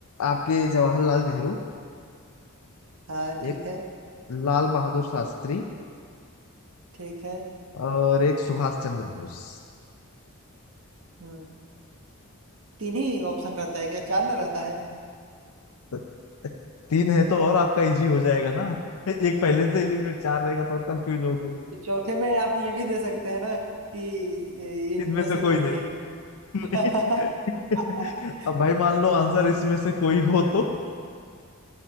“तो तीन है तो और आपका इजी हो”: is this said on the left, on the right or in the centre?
Left